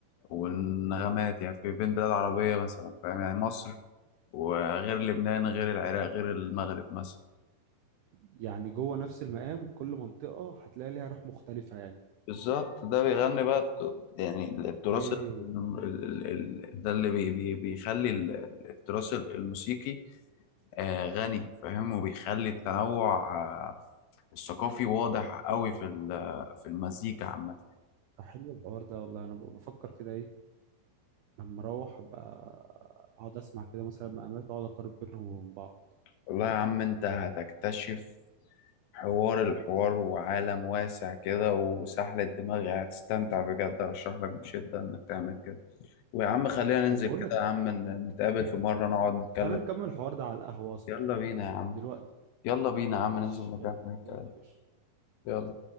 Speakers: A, on the left (about 75°); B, on the right (about 85°).
A: والنغمات
B: آه.
A: يعني في بين بلاد عربية مثلا فاهم يعني مصر وغير لبنان غير العراق غير المغرب مثلا
B: يعني جوه نفس المقام كل منطقة هتلاقي ليها روح مختلفة يعني
A: بالظبط ده بيغني بقى الت- يعني التراث
B: ايه
A: ال- ال- ال- ال- ده اللي بي بي بيخلي ال- ال- التراث ال- الموسيقي آه، غني فاهم وبيخلي التنوع آه، الثقافي واضح قوي في ال- في المزيكا عامة
B: طب حلو الحوار ده والله انا بفكر كده ايه لما اروح ابقى اقعد اسمع كده مثلا مقامات اقعد اقارن بينهم وبين بعض
A: والله يا عم انت هتكتشف حوار الحوار وعالم واسع كده وسحلة دماغي هتستمتع بجد ارشح لك بشدة انك تعمل كده ويا عم خلينا
B: طب
A: ننزل
B: بقول
A: كده
B: لك
A: يا عم ن- نتقابل في مرة نقعد نتكلم
B: تعالى نكمل الحوار ده على القهوة اصلا
A: يلا بينا يا عم
B: دلوقتي
A: يلا بينا يا عم ننزل
B: إيش
A: نكمل
B: يلا
A: الكلام
B: يلا يا باشا
A: يلا